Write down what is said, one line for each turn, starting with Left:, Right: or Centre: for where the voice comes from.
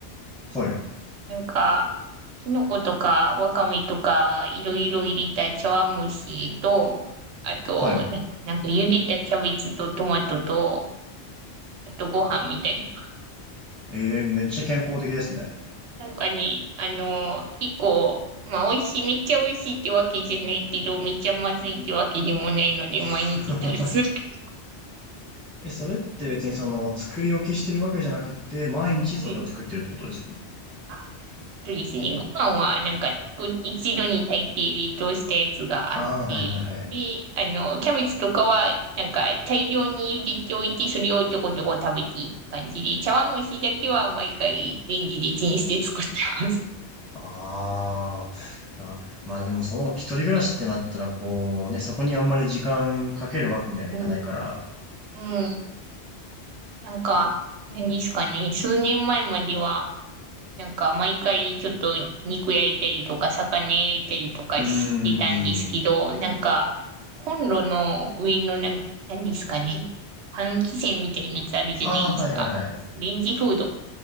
Centre: はい、
Right: なんか、きのことか、わかめとか、いろいろ入れた茶碗蒸しと、あと、
Centre: はい。
Right: なんか、なんか茹でたキャベツとトマトと、あとご飯みたいな
Centre: えー、めっちゃ健康的ですね。
Right: なんかね、あの、結構、まあ、美味しい、めっちゃ美味しいってわけじゃないけど、めっちゃまずいってわけでもないので、
Centre: <laughs>
Right: 毎日食べてる。
Centre: え、それって別にその作り置きしてるわけじゃなくて、毎日それを作ってるってことです
Right: <laughs> はい。あ、そうですね。ご飯は、なんか、作一度に炊いて冷凍したやつがあって、
Centre: ああー、はいはいはい。
Right: で、あの、キャベツとかは、なんか、大量に茹でておいて、それをちょこちょこ食べていく感じで、茶碗蒸しだけは毎回レンジでチンして作ってます。
Centre: ああ、なまあでもそう、一人暮らしってなったらこうね、そこにあんまり時間かけるわけにはいかないから。
Right: うん。うん。なんか、何ですかね、数年前までは、なんか毎回ちょっと肉焼いたりとか魚焼いたりとかしてたんですけど、
Centre: うーん。
Right: なんかコンロの上のなん何ですかね、換気扇みたいなやつあるじゃないですか。
Centre: ああ、はいはいはい。
Right: レンジフード。